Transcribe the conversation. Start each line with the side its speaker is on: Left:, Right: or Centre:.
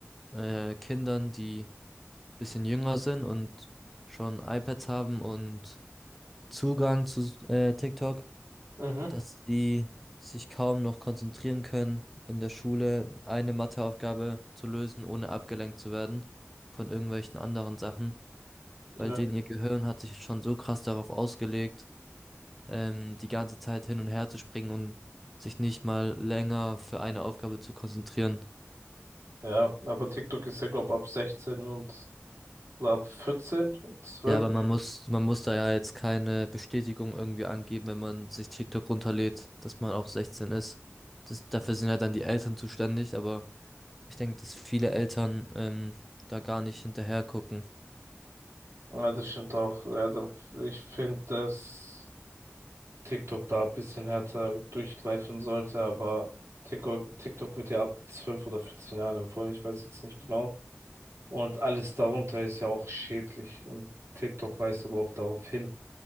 Centre: den äh, Kindern, die ein bisschen jünger sind und schon iPads haben und Zugang zu äh, TikTok,
Right: mhm,
Centre: dass die sich kaum noch konzentrieren können, in der Schule eine Matheaufgabe zu lösen, ohne abgelenkt zu werden von irgendwelchen anderen Sachen,
Right: Ja,
Centre: weil denen ihr Gehirn hat sich schon so krass darauf ausgelegt, ähm, die ganze Zeit hin und her zu springen und sich nicht mal länger für eine Aufgabe zu konzentrieren.
Right: ja, aber TikTok ist ja, glaube ab 16 und oder ab 14, 12.
Centre: Ja, aber man muss, man muss da ja jetzt keine Bestätigung irgendwie angeben, wenn man sich TikTok runterlädt, dass man auch 16 ist. Das, dafür sind ja dann die Eltern zuständig, aber ich denke, dass viele Eltern ähm, da gar nicht hinterher gucken.
Right: Ja, das stimmt auch. Ja, dann, ich finde, dass TikTok da ein bisschen härter durchgreifen sollte, aber TikTok, TikTok wird ja ab 12 oder 14 Jahren empfohlen, ich weiß jetzt nicht genau. Und alles darunter ist ja auch schädlich. Und TikTok weist aber auch darauf hin,